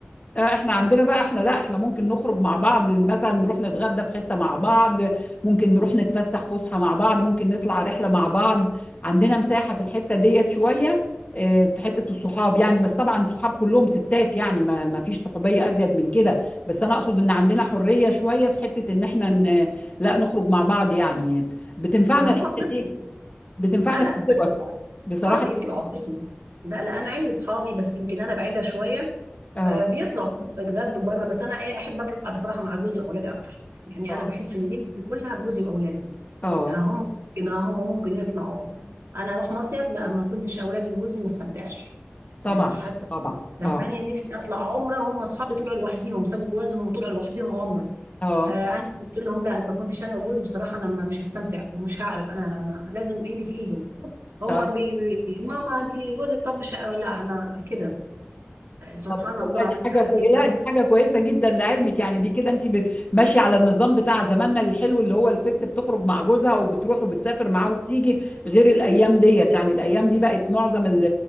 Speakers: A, on the left; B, on the right.
A: آه، احنا عندنا بقى احنا لا احنا ممكن نخرج مع بعض مثلا نروح نتغدى في حتة مع بعض ممكن نروح نتفسح فسحة مع بعض ممكن نطلع رحلة مع بعض عندنا مساحة في الحتة ديت شوية آه، في حتة الصحاب يعني بس طبعا صحاب كلهم ستات يعني ما ما فيش صحوبية أزيد من كده بس أنا أقصد إن عندنا حرية شوية في حتة إن احنا ن- لا نخرج مع بعض يعني بتنفعنا
B: ما
A: الحتة
B: هم بنطلع
A: دي بتنفعنا
B: لا لا
A: في
B: بنطلع.
A: الكبر بصراحة
B: اه بيطلعوا بيطلعوا لا لا انا عندي اصحابي بس يمكن انا بعيدة شوية
A: اه
B: آه بيطلعوا يتغدوا بره بس انا إيه، احب اطلع بصراحة مع جوزي واولادي اكتر يعني
A: اه
B: انا بحس ان دي كلها بجوزي واولادي
A: اه
B: هم ممكن آه، هم ممكن يطلعوا انا اروح مصيف لا ما كنتش اولادي وجوزي ما استمتعش
A: طبعا
B: يعني حتى
A: طبعا
B: فهماني
A: اه
B: نفسي اطلع عمره هم اصحابي طلعوا لوحديهم سابوا جوازهم وطلعوا لوحديهم عمره
A: اه
B: آه انا قلت لهم لا أنا ما كنتش انا وجوزي بصراحه انا ما- مش هستمتع ومش هعرف انا ما لازم ايدي في ايده هم
A: طيب
B: بي بي ماما انت جوزك طب مش آه، لا انا كده سبحان
A: طب
B: الله
A: والله دي
B: انا
A: حاجة
B: عندي
A: كويسة
B: دي
A: لا
B: اكتر
A: دي حاجة كويسة جدا لعلمك يعني دي كده انت ب- ماشية على النظام بتاع زماننا الحلو اللي هو الست بتخرج مع جوزها وبتروح وبتسافر معاه وبتيجي غير الأيام ديت يعني الأيام دي بقت معظم ال